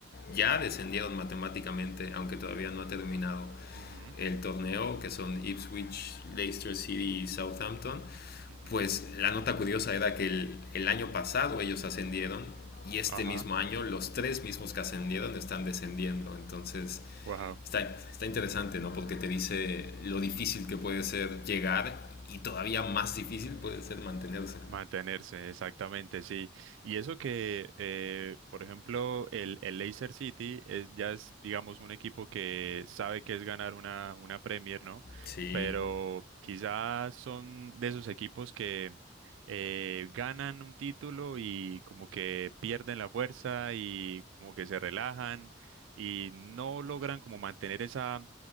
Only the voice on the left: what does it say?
ya descendieron matemáticamente, aunque todavía no ha terminado
el torneo, que son Ipswich, Leicester City y Southampton,
pues la nota curiosa era que el, el año pasado ellos ascendieron y este
mismo año los tres mismos que ascendieron están descendiendo. Entonces,
Está, está interesante, ¿no? Porque te dice lo difícil que puede ser llegar y todavía más difícil puede ser mantenerse.
Sí,